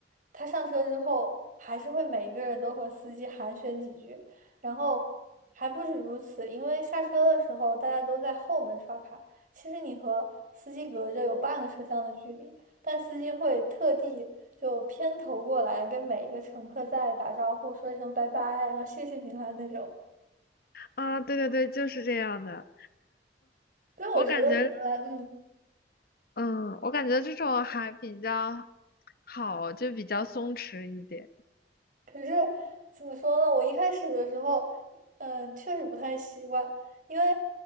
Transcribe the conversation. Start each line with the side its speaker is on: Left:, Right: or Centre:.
Right: 他上车之后，还是会每个人都和司机寒暄几句，然后还不止如此，因为下车的时候大家都在后门刷卡，其实你和司机隔着有半个车厢的距离。但司机会特地就偏头过来跟每一个乘客再打招呼，说一声拜拜，然后谢谢你啦那种。
Left: 啊，对对对，就是这样的。
Right: 但我觉得荷兰，
Left: 我感觉，
Right: 嗯。
Left: 嗯，我感觉这种还比较好，就比较松弛一点。
Right: 可是怎么说呢？我一开始的时候，嗯，确实不太习惯，因为